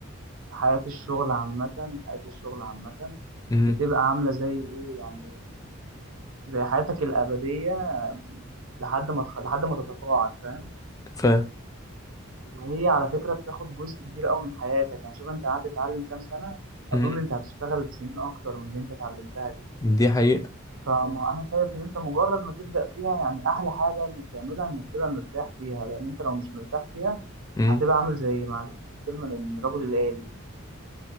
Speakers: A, on the right; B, on the left.
A: حياه الشغل عامه حياه الشغل عامه
B: مم.
A: بتبقى عامله زي ايه يعني زي حياتك الأبدية لحد ما تخ... لحد ما تتقاعد فاهم
B: ف
A: وهي على فكرة بتاخد جزء كبير قوي من حياتك يعني شوف انت قعدت تتعلم كام سنة اظن
B: مم.
A: انت هتشتغل سنين اكتر من اللي انت اتعلمتها دي
B: دي حقيقة
A: فانا شايف ان انت مجرد ما تبدأ فيها يعني احلى حاجة انك تعملها انك تبقى مرتاح فيها لان انت لو مش مرتاح فيها
B: مم.
A: هتبقى عامل زي معلش في الكلمة لان رجل الآلي